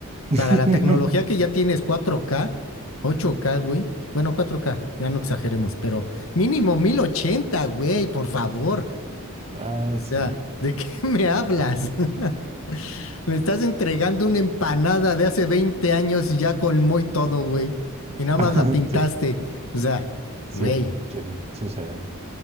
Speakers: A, on the right (about 30°); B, on the left (about 70°).
A: <laughs>
B: para la tecnología que ya tienes 4K, 8K, güey. Bueno, 4K, ya no exageremos, pero mínimo 1080, güey, por favor.
A: Ah,
B: O sea,
A: sí.
B: ¿de qué <laughs> me hablas? <laughs> Me estás entregando una empanada de hace 20 años y ya colmó y todo, güey. Y nada más
A: <laughs>
B: la pintaste.
A: Sí,
B: O sea,
A: sí,
B: güey.
A: sí, sucede.